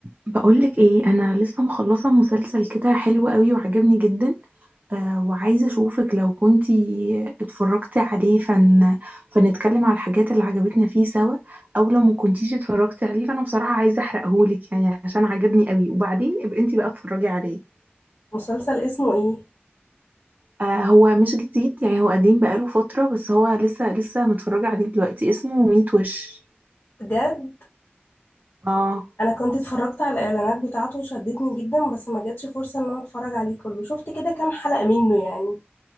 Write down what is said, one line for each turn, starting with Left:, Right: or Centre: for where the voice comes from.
Right: بقولك ايه انا لسه مخلصه مسلسل كده حلو قوي وعجبني جدا آه وعايزه اشوفك لو كنتي اتفرجتي عليه فن فنتكلم على الحاجات اللي عجبتنا فيه سوا او لو ما كنتيش اتفرجتي عليه فانا بصراحه عايزه احرقهولك يعني عشان عجبني قوي وبعدين ابقى انتي بقى اتفرجي عليه
Left: مسلسل اسمه ايه
Right: آه هو مش جديد يعني هو قديم بقاله فتره بس هو لسه لسه متفرجه عليه دلوقتي اسمه ميت وش
Left: بجد
Right: اه
Left: انا كنت اتفرجت على الاعلانات بتاعته وشدتني جدا بس ما جاتش فرصة ان انا اتفرج عليه كله شفت كده كام حلقة منه يعني